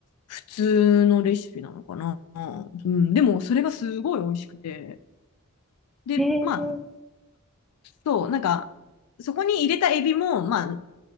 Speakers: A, on the left (about 85°); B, in the centre.
A: 普通のレシピなのかな。うん、でも、それがすごい美味しくて。で、
B: ええー
A: まあ、そう、なんか、そこに入れたエビも、まあ、